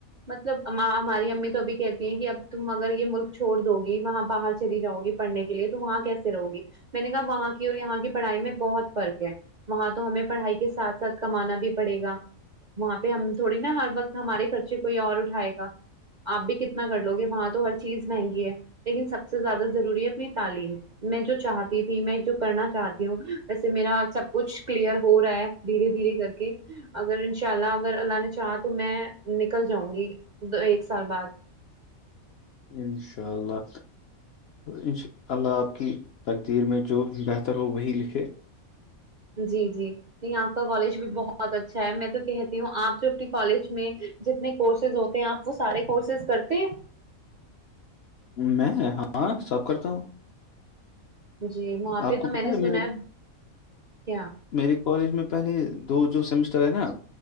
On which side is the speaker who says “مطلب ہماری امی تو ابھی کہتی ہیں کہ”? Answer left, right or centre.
Right